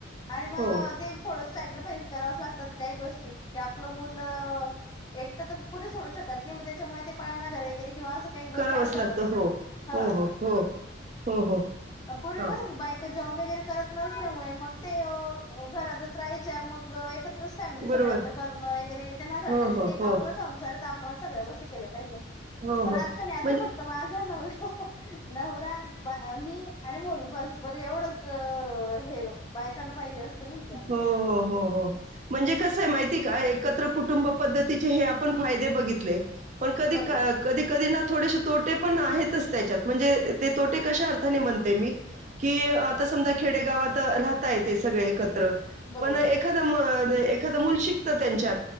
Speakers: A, on the left; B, on the right.
A: आणि मग
B: हो
A: ते -- थोड सॅक्रिफाईस करावच लागता. काही गोष्टी त्या -- आपलं मुलं एकट तर कुठे सोडू शकत नाही. मग त्याच्यामुळे ते पाळणार घर वगैरे किंवा असं काही गोष्टी
B: करावंच
A: असतातच.
B: लागतं हो
A: हा
B: हो हो हो हो हो
A: पूर्वी
B: हां
A: कस मोबाईल ते जॉब वगैरे करत नसल्यामुळे मग ते घरातच राहायच्या मग एकत्रच फॅमिली सगळ्यांचं
B: बरोबर
A: करणं वगैरे त्यांना असं वाटायचं
B: हो हो
A: की
B: हो
A: आपला संसार तर आपणच सगळ्या गोष्टी केल्या पाहिजे.
B: हो
A: पण
B: हो
A: आता नाही. आता
B: म्हणजे
A: फक्त माझा नवरा नवरा, मी आणि मूल बस बरं, एवढंच हे बायकांना पाहिजे असतं. नाही का?
B: हो हो हो हो म्हणजे कसं आहे माहिती का? एकत्र कुटुंब पद्धतीचे हे आपण फायदे बघितले. पण कधी
A: बरोबर
B: कधी कधी ना, थोडेसे तोटे पण आहेतच त्याच्यात म्हणजे तोटे कश्या अर्थाने म्हणते मी की, आता समजा खेडेगावात राहताय ते सगळे ऐकत त्र
A: बरोबर
B: पण एखादं एखादं मूल शिकतं त्यांच्यात.